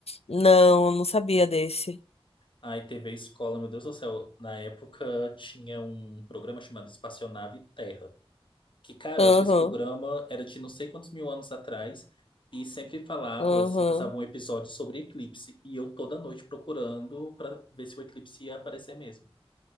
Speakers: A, on the left; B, on the left.
A: não, eu não sabia desse.
B: Aí TV Escola, meu Deus do céu, na época tinha um programa chamado Espaçonave Terra. Que, cara,
A: Aham.
B: eu acho que esse programa era de não sei quantos mil anos atrás e sempre falava,
A: Aham,
B: assim, passava um episódio sobre eclipse. E eu toda noite procurando pra ver se o eclipse ia aparecer mesmo.